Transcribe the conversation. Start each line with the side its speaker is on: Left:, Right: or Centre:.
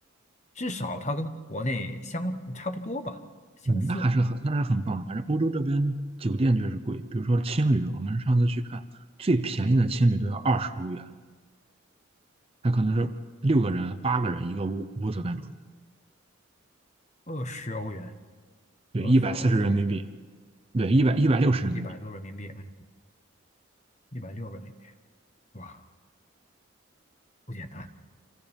Left: 至少它跟国内相差不多吧，相似，
Right: 嗯，那还是很那还是很棒的反正欧洲这边酒店确实贵，比如说青旅，我们上次去看最便宜的青旅都要二十欧元。它可能是六个人、八个人一个屋屋子那种，
Left: 二十欧元，
Right: 对，
Left: 二十欧元是
Right: 一百四十人民币，对，一百一百六十人民币
Left: 一百多人民币，嗯，一百六人民币，哇，不简单。